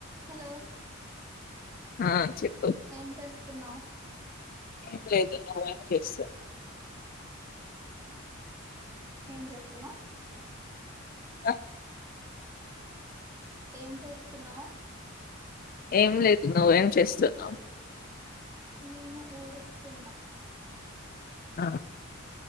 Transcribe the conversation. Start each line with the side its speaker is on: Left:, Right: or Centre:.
Right: Hello
Left: ఆ చెప్
Right: ఏం చేస్తున్నావ్
Left: ఏం లేదు నువ్వ ఏం చేస్త
Right: ఏం చేస్తున్నావ్
Left: ఆ
Right: ఏం చేస్తున్నావ్?
Left: ఏం లేదు నువ్వేం చేస్తున్నావ్?
Right: నేను ఊడుస్తున్నా
Left: ఆ